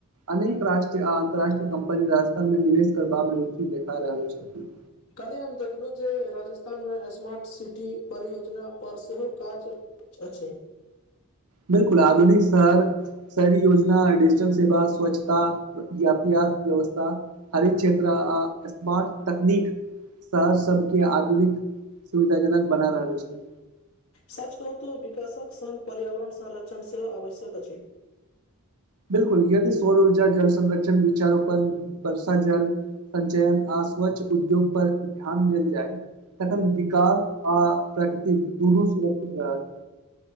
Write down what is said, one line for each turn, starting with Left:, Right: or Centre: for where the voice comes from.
Right: अनेक राष्ट्रीय आ अन्तर्राष्ट्रीय कम्पनी राजस्थानमे निवेश करबामे रुचि देखा रहल छथिन।
Left: कल्हि हम देखलुं जे राजस्थानमे स्मार्ट सिटी परियोजनापर सेहो काज अच्छ अछि।
Right: बिल्कुल आधुनिक शहर शहरी योजना, डिजिटल सेवा, स्वच्छता, यातायात व्यवस्था हरित क्षेत्र आ स्मार्ट तकनीक शहर सब के आधुनिक सुविधाजनक बना रहल अछि।
Left: सच कहूं तो विकसक संग पर्यावरण संरक्षण सेहो आवश्यक अछि।
Right: बिल्कुल यदि सौर ऊर्जा, जल संरक्षण, वृक्षारोपण, वर्ष जल संचयन आ स्वच्छ उद्योग पर ध्यान देल जाय तखन विकाश आ प्राकृतिक दुनू सुरक्षित रहत।